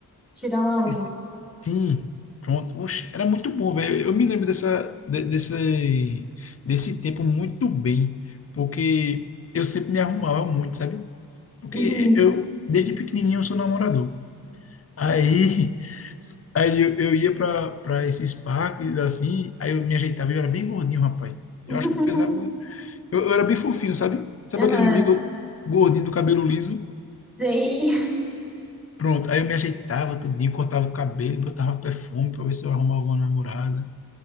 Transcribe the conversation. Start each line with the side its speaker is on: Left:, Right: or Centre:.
Centre: tirar o alvo,
Left: Esqueci. Sim, pronto. Oxe, era muito bom, velho. Eu me lembro dessa, de- desse, desse tempo muito bem, porque eu sempre me arrumava muito, sabe? Porque
Centre: uhum,
Left: eu, desde pequenininho, eu sou namorador. Aí, <laughs> aí eu, eu ia para para esses parques, assim, aí eu me ajeitava, eu era bem gordinho, rapaz. Eu
Centre: <laughs>
Left: acho que eu pesava, um- eu, eu era bem fofinho, sabe? Sabe
Centre: uhum,
Left: aquele amigo gordinho do cabelo liso?
Centre: sei,
Left: Pronto, aí eu me ajeitava tudinho, cortava o cabelo, botava perfume para ver se eu arrumava uma namorada.